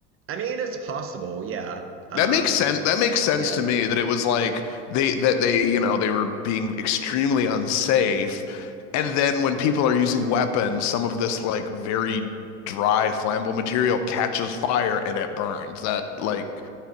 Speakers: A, on the right (about 35°); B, on the left (about 50°).
A: I mean, it's possible, yeah. Um,
B: That makes sense. That makes sense
A: yeah,
B: to me that it was like they that they you know they were being extremely unsafe, and then when people are using weapons, some of this like very dry flammable material catches fire and it burns. That like